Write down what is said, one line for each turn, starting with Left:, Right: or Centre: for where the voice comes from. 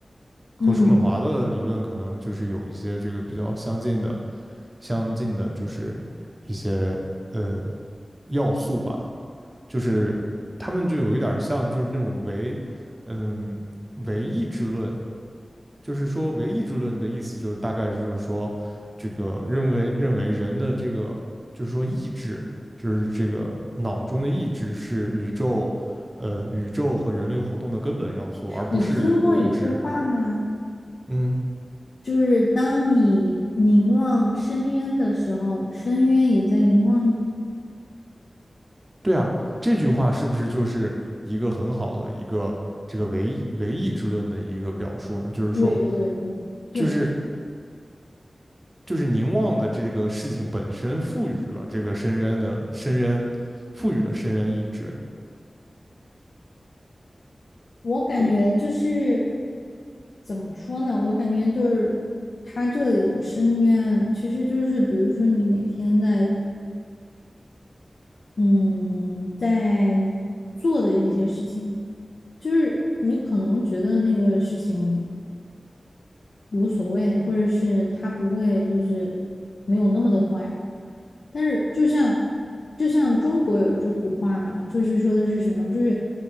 Right: 和叔本华的理论，
Left: 嗯，
Right: 可能就是有一些这个比较相近的相近的，就是一些呃要素吧，就是他们就有一点儿像，就是那种唯嗯唯意志论，就是说唯意志论的意思就是大概是就是说，这个认为认为人的这个就是说意志，就是这个脑中的意志是宇宙，呃，宇宙和人类活动的根本要素，而不是物质。
Left: 你听过一句话吗？
Right: 嗯，
Left: 就是当你凝望深渊的时候，深渊也在凝望你。
Right: 对啊，这句话是不是就是一个很好的一个这个唯唯意志论的一个表述呢？就是说，
Left: 对对对对，
Right: 就是就是凝望的这个事情本身赋予了这个深渊的深渊，赋予了深渊意志。
Left: 我感觉就是怎么说呢？我感觉就是他这里的深渊，其实就是比如说你每天在嗯在做的一些事情，就是你可能觉得那个事情无所谓，或者是他不会就是没有那么的坏。但是就像就像中国有句古话嘛，就是说的是什么？就是